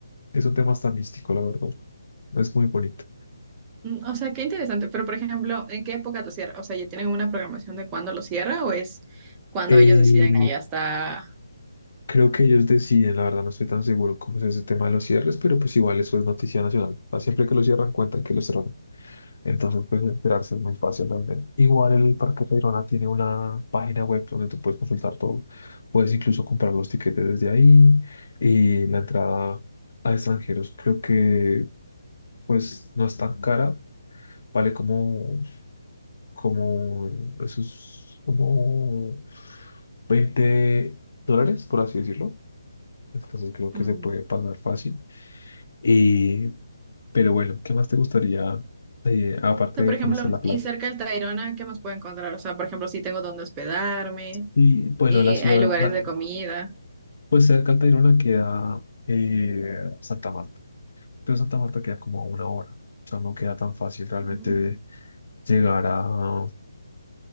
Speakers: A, on the left (about 60°); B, on the right (about 20°).
A: Es un tema hasta místico, la verdad. Es muy bonito.
B: Mm, O sea, qué interesante. Pero, por ejemplo, ¿en qué época lo cierra? O sea, ¿ya tienen una programación de cuándo lo cierra o es cuando
A: Eh,
B: ellos deciden que ya está?
A: creo que ellos deciden, la verdad no estoy tan seguro cómo es ese tema de los cierres, pero pues igual eso es noticia nacional. Ah, Siempre que lo cierran, cuentan que lo cerraron. Entonces, pues enterarse es muy fácil realmente. Igual el Parque Tayrona tiene una página web donde tú puedes consultar todo. Puedes incluso comprar los tiquetes desde ahí y la entrada a extranjeros creo que pues no es tan cara. Vale como, como, eso es como veinte dólares, por así decirlo. Entonces creo que
B: Mm.
A: se puede pagar fácil. Y, pero bueno, ¿qué más te gustaría, eh, aparte
B: O sea,
A: de
B: por ejemplo,
A: conocer la playa?
B: y cerca del Tayrona, ¿qué más puedo encontrar? O sea, por ejemplo, si tengo dónde hospedarme,
A: Y bueno,
B: y
A: la ciudad,
B: hay lugares
A: la-
B: de comida.
A: pues cerca de Tayrona queda eh, Santa Marta. Pero Santa Marta queda como a una hora. O sea, no queda tan fácil realmente
B: Mm.
A: de llegar a...